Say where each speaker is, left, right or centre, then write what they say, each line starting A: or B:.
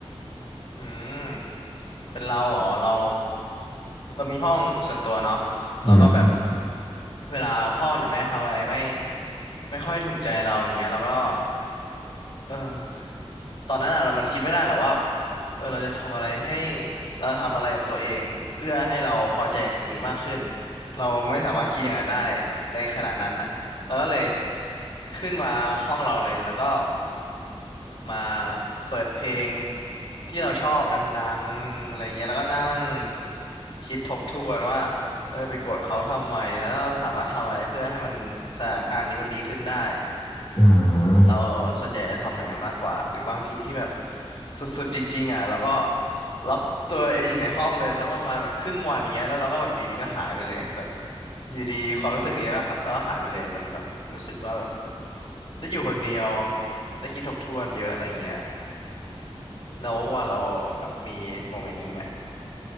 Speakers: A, on the left; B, on the left.
A: อืมเป็นเราเหรอเราเรามีห้องส่วนตัวเนาะเราก็แบบ
B: อืม
A: เวลาพ่อหรือแม่ทำอะไรไม่ไม่ค่อยถูกใจเราอย่างเงี้ยเราก็เออตอนนั้นอะเรามันคิดไม่ได้หรอกว่าเออเราจะทำอะไรให้เราทำอะไรกับตัวเองเพื่อให้เราพอใจสิ่งนี้มากขึ้นเราไม่สามารถคิดอย่างนั้นได้ในขณะนั้นอะเราก็เลยขึ้นมาห้องเราเลยแล้วก็ มาเปิดเพลงที่เราชอบดังๆอะไรเงี้ยแล้วก็นั่งคิดทบทวนว่าเออไปโกรธเขาทำไมแล้วเราสามารถทำอะไรเพื่อให้มันสถานการณ์นี้มันดีขึ้นได้
B: อ่า
A: เราส่วนใหญ่จะทำอย่างนั้นมากกว่าหรือบางทีที่แบบสุดๆจริงๆอ่ะแล้วก็ล็อกตัวเองอยู่ในห้องเลยสักประมาณแบบครึ่งวันเงี้ยแล้วเราก็แบบอยู่ดีก็หายไปเลยแบบอยู่ดีความรู้สึกนี้แล้วก็แล้วก็หายไปเลยมันแบบรู้สึกว่าแบบได้อยู่คนเดียวได้คิดทบทวนเยอะอะไรเงี้ย แล้วว่าเราแบบมีโมเมนต์นี้ไหม